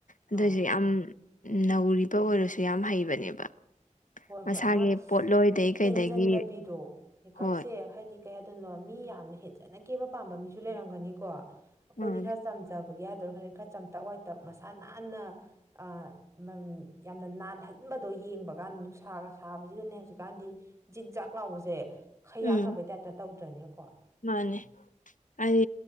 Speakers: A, on the left; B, on the right.
A: ꯑꯗꯨꯑꯣꯏꯁꯨ
B: ꯑꯥ
A: ꯌꯥꯝ ꯅꯧꯔꯤꯕ ꯑꯣꯏꯔꯁꯨ ꯌꯥꯝ ꯍꯩꯕꯅꯦꯕ
B: ꯍꯣꯏ
A: ꯃꯁꯥꯒꯤ
B: ꯍꯣꯏ ꯃꯥ
A: ꯄꯣꯠꯂꯣꯏꯗꯒꯤ ꯀꯩꯗꯒꯤ
B: ꯍꯦꯟꯖꯟꯗꯕꯤꯗꯣ ꯃꯦꯀꯞꯁꯦ
A: ꯍꯣꯏ
B: ꯍꯥꯏꯗꯤ ꯀꯩ ꯍꯥꯏꯗꯣꯏꯅꯣ ꯃꯤ ꯌꯥꯝꯅ ꯍꯦꯟꯖꯟꯅ ꯀꯦꯕ ꯄꯥꯝꯕ ꯃꯤꯁꯨ ꯂꯩꯔꯝꯒꯅꯤꯀꯣ ꯑꯩꯈꯣꯏꯗꯤ
A: ꯎꯝ
B: ꯈꯔ ꯆꯝꯖꯕ ꯕꯒꯤ ꯍꯥꯏꯗꯣꯏꯔ ꯈꯪꯗꯦ ꯈꯔ ꯆꯝꯇꯛ ꯋꯥꯏꯇꯛ ꯃꯁꯥ ꯅꯥꯟꯅ ꯑꯥ ꯌꯥꯝꯅ ꯅꯥꯟꯍꯟ ꯅꯤꯡ ꯕ ꯕꯗꯣ ꯌꯦꯡꯕ ꯀꯥꯟ ꯅꯨꯡꯁꯥꯒ ꯁꯥꯕꯁꯤꯗꯅꯦ ꯍꯧꯖꯤꯛꯀꯥꯟꯗꯤ ꯖꯤꯛꯖꯥꯛ ꯂꯥꯎꯕꯁꯦ ꯈꯩꯌꯥꯛꯅꯕꯩ
A: ꯎꯝ
B: ꯇꯥꯏꯞꯇ ꯇꯧꯗ ꯇꯔ꯭ꯅꯦꯀꯣ
A: ꯃꯥꯅꯦ ꯍꯥꯏꯗꯤ